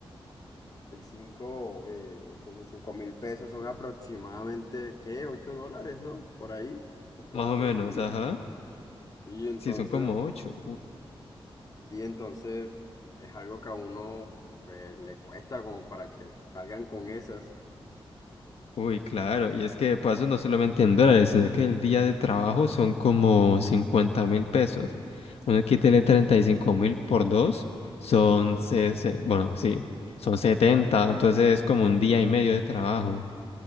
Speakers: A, on the left (about 40°); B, on the left (about 85°).
A: 35, 35, eh, treinta y cinco mil pesos son aproximadamente, ¿qué? ocho dólares, ¿no? Por ahí, o 4,
B: más o menos,
A: sí.
B: ajá.
A: Y entonces,
B: Sí, son como ocho
A: sí, entonces es algo que a uno, pues, le cuesta como para que salgan con esas.
B: Uy, claro, y es que de paso no solamente en dólares, sino que el día de trabajo son como cincuenta mil pesos. Uno quítele treinta y cinco mil por dos, son, sesen- bueno, sí, son 70. entonces es como un día y medio de trabajo.